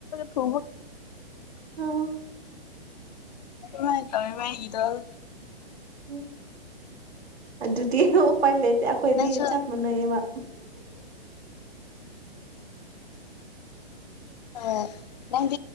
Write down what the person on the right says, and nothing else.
ꯑꯣ
ꯎꯝ ꯑꯗꯨꯗꯤ ꯎꯄꯥꯏ ꯂꯩꯇꯦ ꯑꯩꯈꯣꯏꯗꯤ
ꯆꯞ ꯃꯥꯟꯅꯩꯌꯦꯕ